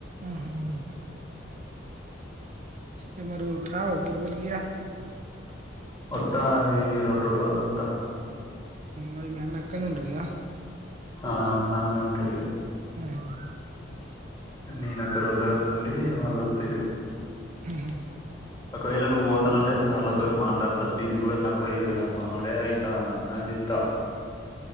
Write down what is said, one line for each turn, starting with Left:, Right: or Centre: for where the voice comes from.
Right: ఊహు ఇ మరుట్ రా పరుబలికియా
Left: త్తా ఈ రెండు రోజులల్ల అత్తా
Right: మరి మి అన్న అక్కడే ఉంటడిగా
Left: ఆ అన్న అన్నే ఉంటడిగా
Right: ఊ హ
Left: నేన అక్కడ రెండు రోజులండి మల్లోత్త ఇటు
Right: ఉహు
Left: ఒకవేళ నువ్వు పోతానంటే సార్లతో మాట్లాడతా ఫీజు గూడా తక్కువయ్యరు సార్ మా అోడేయి జిత్త